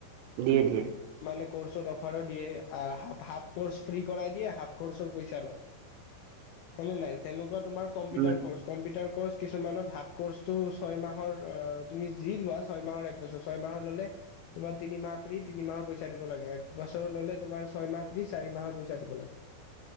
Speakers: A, on the right (about 80°); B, on the left (about 85°).
A: দিয়ে দিয়ে
B: মানে ক'ৰ্চত অফাৰো দিয়ে আ হাফ ক'ৰ্চ ফ্ৰী কৰাই দিয়ে হাফ- ক'ৰ্চৰ পইচা লয়, হয়নে নাই যেনেকুৱা তোমাৰ কম্পিউটাৰ
A: উম,
B: ক'ৰ্চ কম্পিউটাৰ ক'ৰ্চ কিছুমানত হাফ ক'ৰ্চটো ছয় মাহৰ অ' তুমি যি লোৱা ছয় মাহৰ একবছৰ ছয় মাহৰ ল'লে তোমাৰ তিনিমাহ ফ্ৰী তিনি মাহৰ পইচা দিব লাগে। বছৰ ললে তোমাৰ ছয়মাহ দি চাৰি মাহৰ পইচা দিব লাগে,